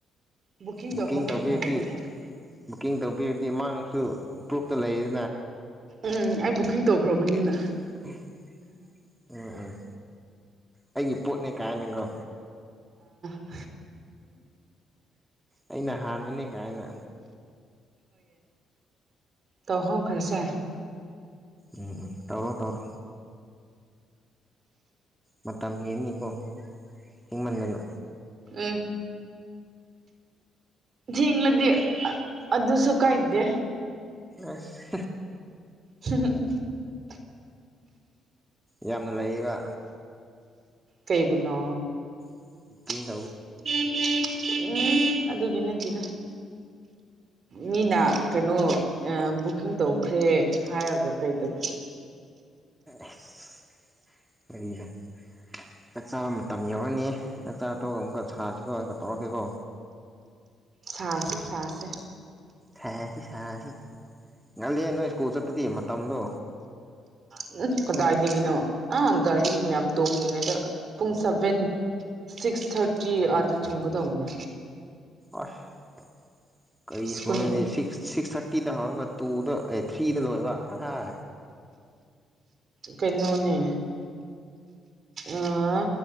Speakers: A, on the right; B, in the centre.
A: ꯕꯨꯀꯤꯡ
B: ꯕꯨꯛꯀꯤꯡ
A: ꯗꯧꯍꯧꯕꯅ
B: ꯇꯧꯕꯤꯔꯗꯤ
A: ꯐꯒꯗꯧ ꯃꯥꯜꯂꯤ
B: ꯕꯨꯛꯀꯤꯡ ꯇꯧꯕꯤꯔꯗꯤ ꯃꯥꯡꯁꯨ ꯄ꯭ꯔꯨꯐꯇ ꯂꯩ
A: ꯎꯝ ꯑꯩ ꯕꯨꯀꯤꯡ ꯇꯧꯈ꯭ꯔꯕꯅꯤꯅ
B: <inaudible> ꯎꯝ ꯎꯝ ꯑꯩꯒꯤ ꯄꯣꯠꯅꯦ ꯀꯥꯏꯅꯀꯣ
A: ꯍꯥ
B: ꯑꯩꯅ ꯍꯥꯟꯕꯅꯦ ꯀꯥꯏꯅ
A: ꯇꯧꯍꯧꯒ꯭ꯔꯁꯦ
B: ꯎꯝ ꯎꯝ ꯇꯧꯔꯣ ꯇꯧꯔꯣ ꯃꯇꯝ ꯍꯦꯟꯅꯤꯀꯣ ꯊꯦꯡꯃꯟꯗꯅ
A: ꯎꯝ ꯊꯦꯡꯂꯗꯤ ꯑ ꯑꯗꯨꯁꯨꯨ ꯀꯥꯏꯗꯦ
B: ꯑꯁ
A: <inaudible>
B: ꯌꯥꯝꯅ ꯂꯩꯔꯤꯕ
A: ꯀꯩꯕꯨꯅꯣ
B: <unintelligible>
A: <inaudible> ꯎꯝ ꯑꯗꯨꯒꯤ ꯅꯠꯇꯦꯗ ꯃꯤꯅ ꯀꯩꯅꯣ ꯕꯨꯛꯀꯤꯡ ꯇꯧꯈ꯭ꯔꯦ ꯍꯥꯏꯔꯒ ꯀꯩꯗꯧ
B: ꯑꯁ ꯋꯥꯔꯤꯗꫭ ꯆꯥꯛꯆꯥ ꯃꯇꯝ ꯌꯧꯔꯅꯤ ꯆꯥꯛꯆꯥ ꯇꯣꯛꯑꯒ ꯑꯃꯨꯛꯀ ꯁꯥꯔꯁꯤꯀꯣ ꯑꯗꯨꯒ ꯇꯧꯔꯛꯀꯦꯀꯣ
A: ꯁꯥꯥꯁꯦ ꯁꯥꯥꯁꯦ
B: ꯍꯥꯏꯁꯤ ꯁꯁꯤ ꯉꯜꯂꯤ ꯅ‌ꯣꯏꯁꯀꯨꯜ ꯆꯠꯄꯗꯤ ꯃ ꯃꯇꯝꯗꯨ
A: ꯎꯃ ꯀꯗꯥꯏꯗꯤ ꯀꯅꯣ ꯑꯥ ꯒꯥꯔꯤ ꯃꯌꯥꯝ ꯇꯣꯡꯉꯉꯩꯗ ꯄꯨꯡ ꯁꯚꯦꯟ ꯁꯤꯛꯁ ꯊꯥꯔꯇꯤ ꯑꯥꯗ ꯊꯨꯡꯒꯗꯕꯅꯦ
B: ꯑꯥꯁ ꯀꯔꯤ
A: ꯁ꯭ꯀꯨꯜ
B: ꯁꯀ ꯁꯤꯁ ꯁꯤꯛꯁ ꯊꯥꯔꯇꯤꯗ ꯍꯥꯏꯔꯒ ꯇꯨꯗ ꯐꯤꯅ ꯂꯣꯏꯦꯕ ꯑꯥ
A: ꯀꯩꯅꯣꯅꯦ ꯑꯥ